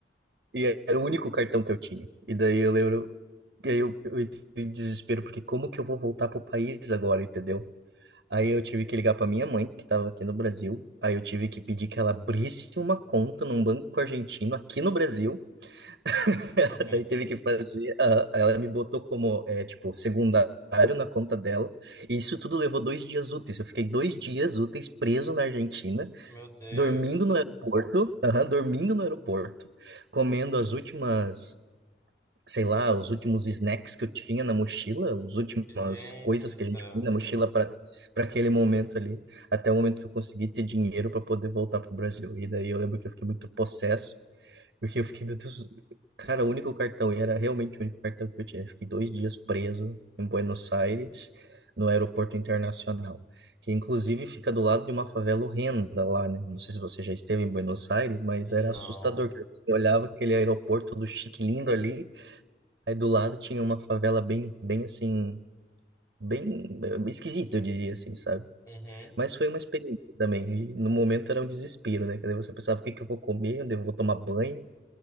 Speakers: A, on the right (about 60°); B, on the left (about 15°).
A: E era o único cartão que eu tinha. E daí eu lembro. E aí eu, eu entrei em desespero, porque como que eu vou voltar pro país agora, entendeu? Aí eu tive que ligar pra minha mãe, que tava aqui no Brasil. Aí eu tive que pedir que ela abrisse uma conta num banco argentino aqui no Brasil. <laughs>
B: <laughs>
A: Daí teve que fazer. ah, ela me botou como, é, tipo, secundário na conta dela. E isso tudo levou dois dias úteis. Eu fiquei dois dias úteis preso na Argentina,
B: Meu Deus.
A: dormindo no aeroporto, aham, dormindo no aeroporto, comendo as últimas sei lá, os últimos snacks que eu tinha na mochila, as últimas
B: Gente
A: coisas
B: do
A: que
B: céu.
A: a gente põe na mochila para para aquele momento ali, até o momento que eu consegui ter dinheiro para poder voltar pro Brasil. E daí eu lembro que eu fiquei muito possesso, porque eu fiquei, meu Deus, cara, o único cartão, e era realmente o único cartão que eu tinha. Eu fiquei dois dias preso em Buenos Aires, no aeroporto internacional. Que inclusive fica do lado de uma favela horrenda lá, né? Não sei se você já esteve em Buenos Aires, mas era
B: Não.
A: assustador. que Você olhava aquele aeroporto do chique lindo ali, Aí do lado tinha uma favela bem, bem assim, bem eh, esquisita, eu diria assim, sabe?
B: Uhum.
A: Mas foi uma experiência também. E no momento era um desespero, né? Que daí você pensava, o que que eu vou comer? Onde eu vou tomar banho?